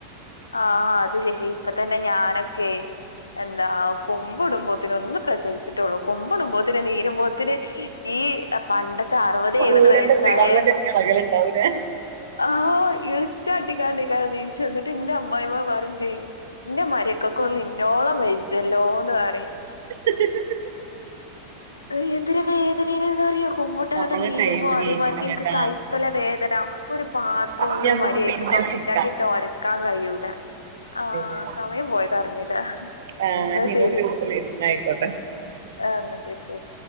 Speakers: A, on the left (about 80°); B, on the right (about 60°).
A: ആ ആ അത് ശെരി ഇപ്പ തന്നെ ഞാനൊക്കെ എന്താ കുമ്പ് ഇടുമ്പോത്തിന് ഒന്ന് പ്രസവിച്ചിട്ടൊള്ളു കുമ്പ് ഇടുമ്പോത്തിന് നീരുമ്പോത്തിന് ഈ പണ്ടത്തെ അറുപത് എഴുപത്
B: ഊരന്റെ
A: വയസായെ
B: ത്രികാളിന്റെ ഒക്കെ ഇളകലുണ്ടാവൂലേ
A: ആ ഇളിച്ചാട്ടി കാണ്ടെയ്ക്കാരം നീ ട്ട് ഇന്റെ അമ്മായിമ്മ പറിം ചെയ്യും ഇന്റെ മരൊക്കൊക്ക് ഒന്നും ഇന്നോളം വെജ്ജല്ലോന്ന് പറിം
B: <inaudible>
A: അയ് എന്തിര് വേതനെണ് എന്താറിയോ കുമ്പ്ട്ട് ഇങ്ങട്ട്
B: നമ്മളെ
A: നീരുമ്പോ
B: ടൈം കഴിഞ്ഞിക്കണ്
A: അതേമാതിര്ക്ക് ഇൻക്ക്
B: ട്ടാ
A: കൈപ്പല വേദന ഒരു പാത്രം ഒന്ന്
B: ഇനി നമ്മക്ക്
A: മര്യ
B: പിന്നെ
A: യ്ക്ക് കമ്പിച്ചണ്ടി
B: വിളിക്കാം
A: ഇട്ട് ഒരക്കാൻ കയ്യൂലാ ആ
B: ശരി
A: സമയം പോയത് അറിഞ്ഞിലാ
B: ആ
A: ഇന്നാ
B: നിങ്ങ
A: ശരി
B: ഗ്രൂപ്പിലിരുന്ന് ആയിക്കോട്ടെ
A: ആ ഇന്നാ ശരി ശരി